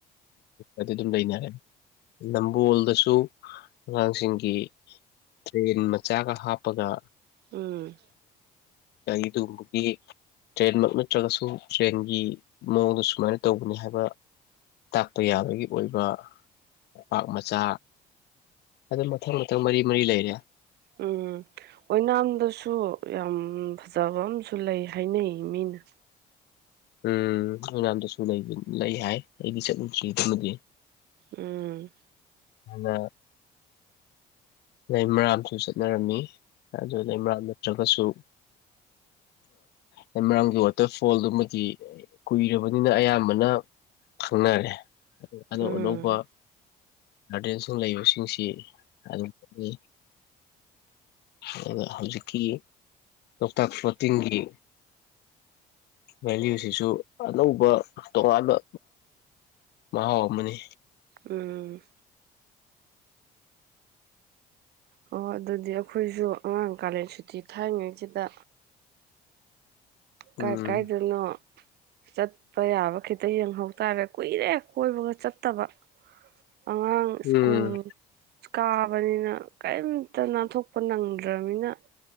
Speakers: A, on the left; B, on the right.
A: ꯑꯗꯨꯝ ꯂꯩꯅꯔꯦ ꯅꯝꯕꯣꯜꯗꯁꯨ ꯑꯉꯥꯡꯁꯤꯡꯒꯤ ꯇ꯭ꯔꯦꯟ ꯃꯆꯥꯒ ꯍꯥꯞꯄꯒ
B: ꯎꯝ
A: ꯒꯥꯔꯤ ꯑꯗꯨꯒꯨꯝꯕꯒꯤ ꯇ꯭ꯔꯦꯟꯃꯛ ꯅꯠꯇ꯭ꯔꯒꯁꯨ ꯇ꯭ꯔꯦꯟꯒꯤ ꯃꯑꯣꯡꯗ ꯁꯨꯃꯥꯏꯅ ꯇꯧꯕꯅꯤ ꯍꯥꯏꯕ ꯇꯥꯛꯄ ꯌꯥꯕꯒꯤ ꯑꯣꯏꯕꯄꯥꯛ ꯃꯆꯥ ꯑꯗꯨꯝ ꯃꯊꯪ ꯃꯊꯪ ꯃꯔꯤ ꯃꯔꯤ ꯂꯩꯔꯦ
B: ꯎꯝ ꯑꯣꯏꯅꯥꯝꯗꯁꯨ ꯌꯥꯝ ꯐꯖꯕ ꯑꯃꯁꯝꯨ ꯂꯩ ꯍꯥꯏꯅꯩ ꯃꯤꯅ
A: ꯎꯝ ꯃꯌꯥꯝꯗꯁꯨ ꯂꯩ ꯍꯥꯏ ꯑꯩꯗꯤ ꯆꯠꯂꯨꯗ꯭ꯔꯤꯗꯨꯃꯗꯤ
B: ꯎꯝ
A: ꯑꯗꯨꯅ ꯂꯩꯃꯔꯥꯝꯁꯨ ꯆꯠꯅꯔꯝꯃꯤ ꯑꯗꯨ ꯂꯩꯃꯔꯥꯝ ꯅꯠꯇ꯭ꯔꯒꯁꯨ ꯂꯩꯃꯔꯥꯝꯒꯤ ꯋꯥꯇꯔꯐꯣꯜꯗꯨꯃꯗꯤ ꯀꯨꯏꯔꯕꯅꯤꯅ ꯑꯌꯥꯝꯕꯅ ꯈꯪꯅꯔꯦ ꯑꯅꯧ
B: ꯎꯝ
A: ꯑꯅꯧꯕ ꯒꯥꯔꯗꯦꯟꯁꯤꯡ ꯂꯩꯕꯁꯤꯡꯁꯤ ꯑꯗꯨꯝ ꯆꯤ ꯑꯗꯨꯒ ꯍꯧꯖꯤꯛꯀꯤ ꯂꯣꯛꯇꯥꯛ ꯄ꯭ꯂꯣꯇꯤꯟꯒꯤ ꯚꯦꯂꯨꯁꯤꯁꯨ ꯑꯅꯧꯕ ꯇꯣꯉꯥꯟꯕ ꯃꯍꯥꯎ ꯑꯃꯅꯤ
B: ꯎꯝ ꯑꯣ ꯑꯗꯨꯗꯤ ꯑꯩꯈꯣꯏꯁꯨ ꯑꯉꯥꯡ ꯀꯥꯂꯦꯟ ꯁꯨꯇꯤ ꯊꯥꯏꯉꯩꯁꯤꯗ ꯀꯥꯏ
A: ꯎꯝ
B: ꯀꯥꯏꯗꯣꯏꯅꯣ ꯆꯠꯄ ꯌꯥꯕ ꯈꯤꯇ ꯌꯦꯡꯍꯧ ꯇꯥꯔꯦ ꯀꯨꯏꯔꯦ ꯀꯣꯏꯕꯒ ꯆꯠꯇꯕ ꯑꯉꯥꯡ ꯁ꯭ꯀꯨꯜ
A: ꯎꯝ
B: ꯀꯥꯕꯅꯤꯅ ꯀꯔꯤꯝ ꯇ ꯅꯥꯟꯊꯣꯛꯄ ꯅꯪꯗ꯭ꯔꯕꯅꯤꯅ